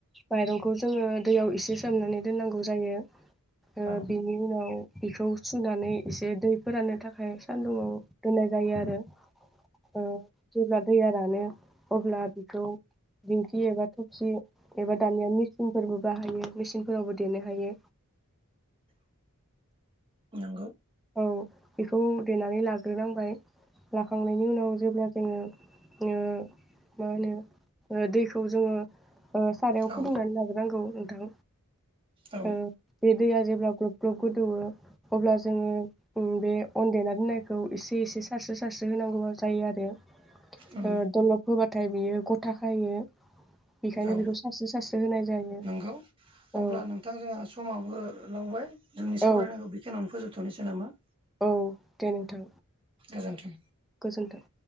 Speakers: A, in the centre; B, on the right.
A: माइरंखौ जोङो दैयाव एसे सुमनानै दोननांगौ जायो ओ
B: औ
A: बेनि उनाव बेखौ सुनानै एसे दै फोराननो थाखाय खाय सान्दुंआव दोननाय जायो आरो ओ जेब्ला दैया रानो अब्ला बेखौ गियोबाथ' जि एबा दानिया मेसिनफोरबो बाहायो मेसिनफोरावबो देनो हायो
B: नंगौ
A: औ बेखौ देनानै लाग्रोनांबाय लाखांनायनि उनाव जेब्ला जोङो ओ मा होनो ओ दैखौ जोङो ओ सारायाव
B: औ
A: फुदुंनानै लाग्रोनांगौ नोंथां
B: औ
A: ओ बे दैया जेब्ला ग्लब ग्लब गोदौवो अब्ला जोङो बे अन देना दोननायखौ एसे एसे सारसो सारसो होनांगौ जायो आरो।
B: उम
A: ओ दलब होबाथा थाइ बियो गथा खायो। बेखायनो
B: औ
A: बेखौ सारस्रो सारस्रो होनाय जायो
B: नंगौ
A: औ
B: अब्ला नोंथां जोंहा समाबो लावबाय जोंनि सावरायनायखौ
A: औ
B: बेखिनियावनो फोजोब थ'नोसै नामा
A: औ दे नोंथां
B: गोजोन्थों
A: गोजोन्थों।